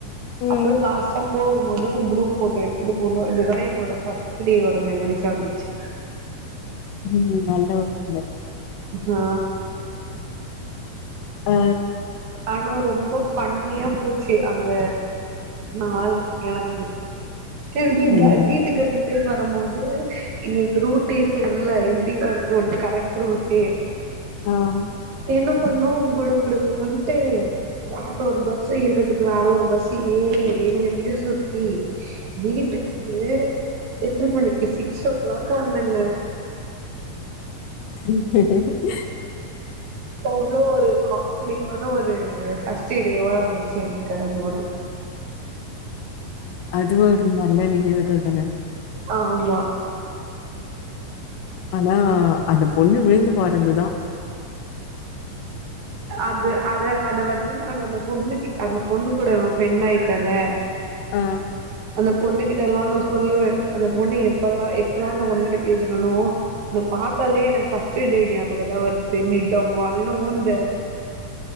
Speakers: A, on the left; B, on the right.
A: ம்
B: அப்றோ லாஸ்ட்டா போ ம்போது ஒரு குரூப் போட்டோ எடுத்துட்டு போனோ இதுதா எங்ளோட ஃப்ஸ்ட் டேவோட மெமரிஸ்சா இருந்துச்சு
A: ம் நல்ல ஒரு மெமரி
B: ஆ
A: அ
B: ஆனா ரொம்ப ஃபன்னியா போச்சி அந்த நாள் எனக்கு திருப்பி
A: ம்
B: பாய் வீட்டுக் ரி ட்டன் வரும்போது எங்களுக்கு ரூட்டே தெர்ல எப்டி வர்னூட் கரெட் ரூட்லியே
A: ஆம்
B: என்ன பண்ணோ குடு குடு குடுன்ட்டு வேற ஒரு பஸ் ஏறதுக்கு வேற ஒரு பஸ் ஏறி எங்கெங்கயோ சுத்தி வீட்டுக்கு எத்தன மணிக்கு சிக்ஸ் ஓ க்ளாக் வந்தோங்க
A: ம்
B: அவ்ளோ ஒரு காமெடியான ஒரு ஃபஸ்ட்டு டேவா இருந்துச்சு எனக்கு அது ஒரு
A: அதுவு ஒரு நல்ல நினைவுகள் தான
B: ஆமா
A: ஆனா அந்த பொண்ணு விழுந்து பாருதுந்து தா
B: அது அது வந்து இன்னுமே ஆனா அந்த பொண்ணு கிட்ட அந்த பொண்ணு கூட நா ஃப்ரெண்ட் ஆய்ட்டல்ல
A: ஆ
B: அந்த பொண்ணு கிட்டல்லா நா சொல்லுவே அந்த பொண்ணு எப்பெல்லா எப்பெல்லா அந்த பொண்ணு கிட்ட பேசறனோ உன்ன பாத்தாலே எனக்கு ஃபர்ஸ்ட் டே ஞாபகதா வருது நீ டமாள்னு ஊந்த